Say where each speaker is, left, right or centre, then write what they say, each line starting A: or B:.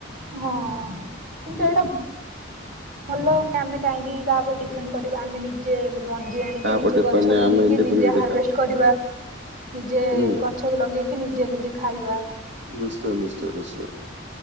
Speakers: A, on the right; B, on the right.
A: ହଁ କିନ୍ତୁ ଏଇଟା ଭଲ ଆମେ କାହିଁକି କାହା ଉପରେ ଡି଼ପେଣ୍ଡ କରିବା ଆମେ ନିଜେ ମଞ୍ଜି ଆଣିକି
B: କାହାପ
A: ନିଜେ
B: ଡିପେଣ୍ଡ
A: ଗଛ
B: ନାହିଁ
A: ଲଗେଇକି
B: ଆମେ ଇଣ୍ଡିପେଣ୍ଡେଣ୍ଟ
A: ନିଜେ ହାରଭେଷ୍ଟ
B: ଏକା
A: କରିବା, ନିଜେ ଗ
B: ହୁଁ
A: ଗଛ ଲଗେଇକି ନିଜେ ନିଜେ ଖାଇବା।
B: ନିଶ୍ଚୟ ନିଶ୍ଚୟ ନିଶ୍ଚୟ।